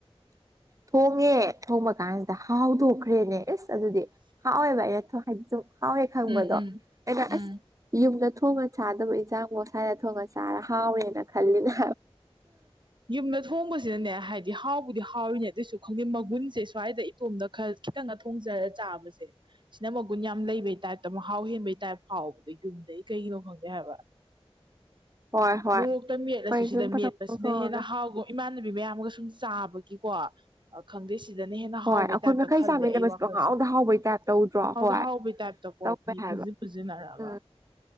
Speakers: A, on the right (about 30°); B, on the right (about 50°).
A: ꯊꯣꯡꯉꯦ ꯊꯣꯡꯕ ꯀꯥꯟꯁꯤꯗ ꯍꯥꯎꯗꯣꯛꯈ꯭ꯔꯦꯅꯦ ꯏꯁ ꯑꯗꯨꯗꯤ ꯍꯥꯎꯋꯦꯕ ꯑꯩꯅ ꯍꯥꯏꯗꯤ ꯁꯨꯝ ꯍꯥꯎꯋꯦ ꯈꯪꯕꯗꯣ
B: ꯎꯝ ꯎꯝ
A: ꯑꯩꯅ
B: ꯎꯝ
A: ꯑꯁ ꯌꯨꯝꯗ ꯊꯣꯡ ꯊꯣꯡꯉ ꯆꯥꯗꯕ ꯏꯟꯁꯥꯡꯐꯣ ꯁꯥꯏꯗ ꯊꯣꯡꯉ ꯆꯥꯔ ꯍꯥꯎꯋꯦꯅ ꯈꯜꯂꯤꯅꯦ
B: ꯌꯨꯝꯗ ꯊꯣꯡꯕꯁꯤꯅꯅꯦ ꯍꯥꯏꯗꯤ ꯍꯥꯎꯕꯨꯗꯤ ꯍꯥꯎꯔꯤꯅꯦ ꯑꯗꯨꯏꯁꯨ ꯈꯪꯗꯦ ꯃꯒꯨꯟꯁꯦ ꯁ꯭ꯋꯥꯏꯗ ꯏꯇꯣꯝꯗ ꯈꯜ ꯈꯤꯇꯪꯒ ꯊꯣꯡꯖꯔ ꯆꯥꯕꯁꯦ ꯁꯤꯅ ꯃꯒꯨꯟ ꯌꯥꯝ ꯂꯩꯕꯩ ꯇꯥꯏꯞꯇ ꯃꯍꯥꯎ ꯍꯦꯟꯕꯩ ꯇꯥꯏꯞ ꯍꯥꯎꯕꯗꯣ ꯌꯨꯝꯗꯒꯤ ꯀꯩꯒꯤꯅꯣ ꯈꯪꯗꯦ ꯍꯥꯏꯕ
A: ꯍꯣꯏ ꯍꯣꯏ
B: ꯃꯣꯔꯣꯛꯇ ꯃꯦꯠꯂꯁꯨ
A: ꯍꯣꯏ
B: ꯁꯤꯗ
A: ꯁꯨꯝ ꯄꯊꯣꯡ
B: ꯃꯦꯠꯄꯁꯤ ꯁꯤꯗ
A: ꯊꯣꯡꯉꯒ
B: ꯍꯦꯟꯅ ꯍꯥꯎꯒꯨꯝ ꯏꯃꯥꯟꯅꯕꯤ ꯃꯌꯥꯝꯒ ꯁꯨꯝ ꯆꯥꯕꯒꯤꯀꯣ ꯑꯥ ꯈꯪꯗꯦ ꯁꯤꯗꯅ ꯍꯦꯟꯅ
A: ꯍꯣꯏ
B: ꯍꯥꯎꯕꯩ
A: ꯑꯩꯈꯣꯏ
B: ꯇꯥꯏꯞꯇ
A: ꯃꯈꯩ
B: ꯈꯜꯂꯦ
A: ꯆꯥꯃꯤꯟꯅꯕꯁꯤ
B: ꯑꯩ ꯋꯥꯈꯜꯁꯦ
A: ꯄꯪꯍꯥꯎꯗ ꯍꯥꯎꯕꯩ ꯇꯥꯏꯞ ꯇꯧꯗ꯭ꯔꯣ
B: ꯄꯪꯍꯥꯎꯗ
A: ꯍꯣꯏ
B: ꯍꯥꯎꯕꯩ ꯇꯥꯏꯞꯇꯀꯣ
A: ꯇꯧꯋꯦ
B: ꯃꯤ
A: ꯍꯥꯏꯕ
B: ꯄꯨꯖꯤ ꯄꯨꯖꯤꯅꯔꯒ
A: ꯎꯝ